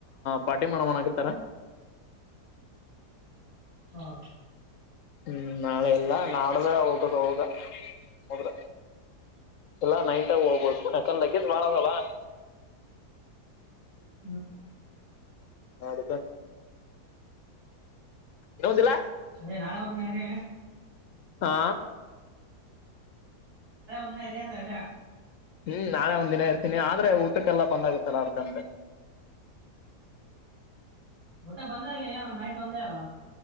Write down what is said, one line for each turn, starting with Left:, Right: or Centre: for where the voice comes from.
Left: ಪಾರ್ಟಿ ಮಾಡವನ್ ಹಕತಾರೆ
Right: ಹಾ
Left: ಹ್ಮ್ ನಾಳೆ ಎಲ್ಲ ನಾಡ್ದ ಹೋಗದು ಹೋಗ ಹೋದ್ರ ಎಲ್ಲಾ ನೈಟ್ಗ ಹೋಗ್ಬೇಕೋು ಯಾಕಂದ್ರೆ ಲಗೇಜ್ ಬಾಳ ಅದಲ್ಲ
Right: ಹ್ಮ
Left: ನಡುಕ ಇಲ್ಲ
Right: ಅದೇ ನಾಳೆ ಒಂದಿನ ರ
Left: ಹಾ
Right: ಅರಿಂತಲ್ಲ
Left: ಹ್ಮ್ ನಾಳೆ ಒಂದ್ ದಿನ ಇರ್ತೀನಿ ಆದ್ರೆ ಊಟಕ್ಕೆಲ್ಲ ಬಂದ್ ಆಾಗತ್ತಲ್ಲ ಅದಕಂಡೆ
Right: ಊಟ್ಟ ಬಂದ ಇಲ್ಲ ಏನು ನೈಟ್ ಒಂದೇ ಅಲ್ಲ